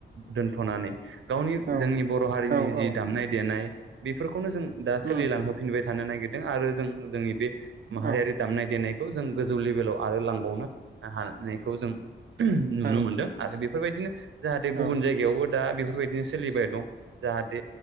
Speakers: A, on the right; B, on the right.
A: दोनथनानै गावनि
B: औ
A: जोंनि बर हारिनि
B: औ औ
A: जि दामनाय देनाय बेफोरखौनो जों
B: उम
A: सोलिलांयो फिनबाय। थानो नागिरदों आरो जों जोंनि बे। माहारियारि
B: औ
A: दामनाय देनाय बेखौ जों गोजौ लेभेलाव आरो लांबावनो हानायखौ जों। नुनो
B: औ
A: मोनदों आरो बे। बेफोरबायदिनो। जाहाथे गुबुन
B: औ
A: जायगायावबो। दा बेफोरबायदिनो सोलिबाय दं जाहाथे।